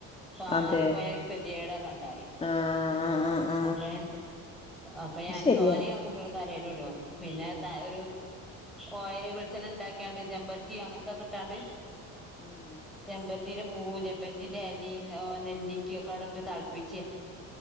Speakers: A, in the centre; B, on the left.
A: പാറി
B: അതെ
A: പോയാ ഗെതികേടാ കണ്ടാല്.
B: ആഹ് ആഹ് ആഹ്
A: അപ്പേ അപ്പൊ ഞാന്
B: അത് ശരിയാ
A: തോനെ ഞാൻ കൂട്ടെളെ തലേല്ടും പിന്നെ അത ഒരു ഓയൽ വെളിചണ്ണ ഇണ്ടാക്കികാണ്ട് ചെമ്പരത്തി അങ്ങനത്തെക്കെ ഇട്ടാണ്ട്
B: ഉം
A: ചെമ്പര് ത്തിരെ പൂവും ചെമ്പത്തിന്റെ എലി ഓ നെല്ലിക്കി ഒക്കെ അടട്ട് തെളപ്പിച്യാ.